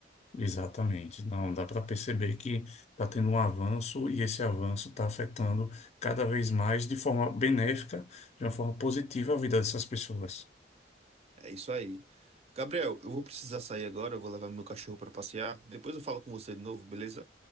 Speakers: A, on the left (about 35°); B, on the right (about 35°).
A: Exatamente. Não, dá para perceber que está tendo um avanço e esse avanço está afetando cada vez mais de forma benéfica, de uma forma positiva a vida dessas pessoas.
B: É isso aí. Gabriel, eu vou precisar sair agora, eu vou levar meu cachorro para passear. Depois eu falo com você de novo, beleza?